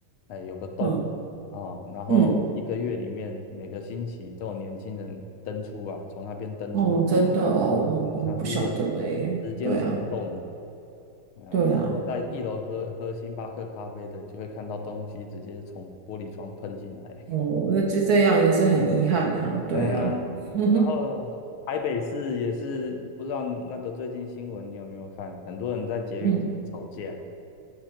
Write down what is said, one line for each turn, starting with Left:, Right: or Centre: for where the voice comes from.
Left: 哎，有个洞啊，
Right: 嗯
Left: 然后一个月里面每个星期都有年轻人登出啊，
Right: 嗯。
Left: 从那边登出，
Right: 哦，真的哦，我我不晓得诶，
Left: 哎，像是一个时间虫洞啊，
Right: 对啊，
Left: 嗯，
Right: 对啊，
Left: 坐在一楼喝喝星巴克咖啡的，就会看到东西直接从玻璃窗喷进来。
Right: 哦，那就这样也是很遗憾的呀，对啊，
Left: 哎呀，
Right: <laughs>
Left: 然后台北市也是不知道那个最近新闻你有没有看？很多人在捷运吵架
Right: 嗯，